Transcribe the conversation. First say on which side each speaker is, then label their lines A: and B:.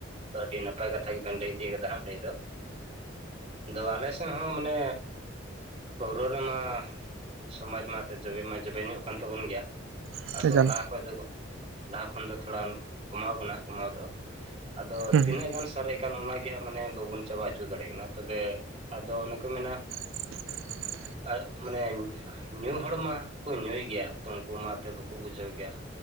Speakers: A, on the right; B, on the right.
A: ᱛᱚ ᱟᱹᱰᱤ ᱱᱟᱯᱟᱭ ᱠᱟᱛᱷᱟ ᱜᱮ ᱵᱮᱱ ᱞᱟᱹᱭ ᱛᱤᱭᱟᱹᱜ ᱠᱟᱫᱟ ᱦᱟᱸᱜ ᱞᱟᱹᱭ ᱫᱚ᱾ ᱟᱫᱚ ᱟᱞᱮ ᱥᱮᱜ ᱦᱚᱸ ᱢᱟᱱᱮ ᱯᱟᱹᱣᱨᱟᱹ ᱨᱮᱢᱟ ᱥᱚᱢᱟᱡᱽ ᱢᱟ ᱮᱱᱛᱮ ᱡᱚᱵᱮ ᱢᱟ ᱡᱚᱵᱮ ᱧᱚᱜ ᱠᱟᱱ ᱛᱟᱵᱚᱱ ᱜᱮᱭᱟ,
B: ᱦᱩᱸ
A: ᱟᱫᱚ ᱞᱟᱦᱟ ᱠᱷᱚᱡ ᱫᱚ ᱞᱟᱦᱟ ᱠᱷᱚᱱ ᱫᱚ ᱛᱷᱚᱲᱟ ᱠᱚᱢᱟᱣ ᱠᱟᱱᱟ ᱠᱚᱢᱟᱣ ᱫᱚ ᱟᱫᱚ
B: ᱦᱩᱸ
A: ᱛᱤᱱᱟᱹᱜ ᱜᱟᱱ ᱥᱟᱨᱮᱡ ᱠᱟᱱ ᱚᱱᱟᱜᱮ ᱦᱟᱸᱜ ᱢᱟᱱᱮ ᱵᱟᱵᱚᱱ ᱪᱟᱵᱟ ᱪᱚᱜ ᱫᱟᱲᱮᱜ ᱠᱟᱱᱟ ᱛᱚᱵᱮ ᱟᱫᱚ ᱚᱱᱮ ᱠᱚ ᱢᱮᱱᱟ
B: <inaudible>
A: ᱟᱸᱜ, ᱢᱟᱱᱮ ᱧᱩ ᱦᱚᱲ ᱢᱟ ᱠᱚ ᱧᱩᱭ ᱜᱮᱭᱟ᱾ ᱛᱚ ᱩᱝᱠᱩ ᱢᱟ ᱮᱛᱚ ᱵᱟᱠᱚ ᱵᱩᱡᱷᱟᱹᱣ ᱜᱮᱭᱟ